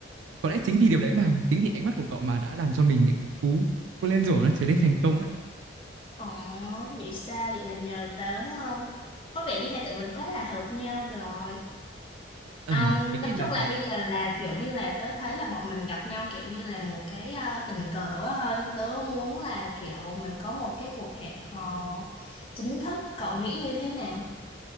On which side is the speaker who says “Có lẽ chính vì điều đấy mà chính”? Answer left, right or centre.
Right